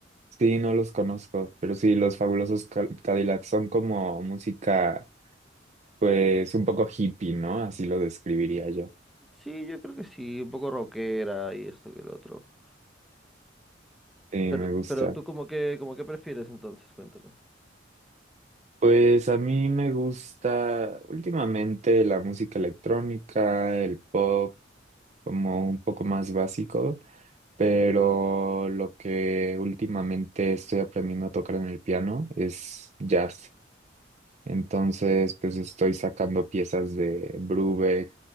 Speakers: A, on the right; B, in the centre.
A: Sí, no los conozco, pero sí, los fabulosos Ca- Cadillacs son como música, pues un poco hippie, ¿no? Así lo describiría yo.
B: Sí, yo creo que sí, un poco rockera y esto que el otro.
A: Sí,
B: Pero,
A: me gusta.
B: pero tú como que, como que prefieres entonces, cuéntame.
A: Pues a mí me gusta últimamente la música electrónica, el pop, como un poco más básico. pero lo que últimamente estoy aprendiendo a tocar en el piano es jazz. Entonces, pues estoy sacando piezas de Brubeck